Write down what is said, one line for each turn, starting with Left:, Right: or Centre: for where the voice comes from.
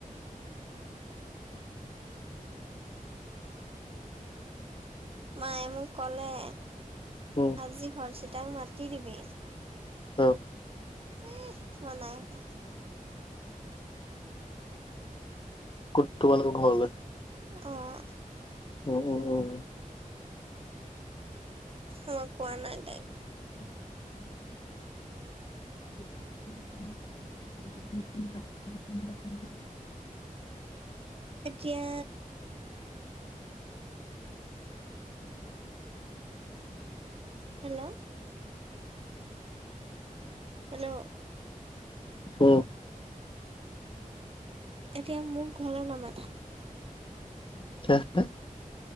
Right: মায়ে মোক কলে।
Left: উম
Right: আজি হৰচিতাক মাতি দিবি।
Left: অ'।
Right: এহ মই নাই কোৱা।
Left: ক'ত তোমালোক ঘৰলৈ?
Right: অ'।
Left: উম, উম, উম।
Right: মই কোৱা নাই তাইক।
Left: <inaudible> <unintelligible>
Right: এতিয়া হেল্ল। হেল্ল।
Left: হুম।
Right: এতিয়া মোক ঘৰলৈ নামাতা?
Left: <unintelligible>